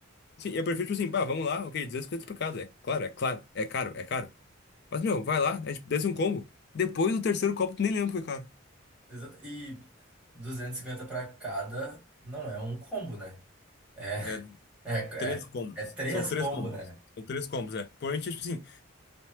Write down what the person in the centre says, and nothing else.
Exato. E duzentos e cinquenta pra cada não é um combo, né? É,
<laughs> é,
é,
é três
combo,
né?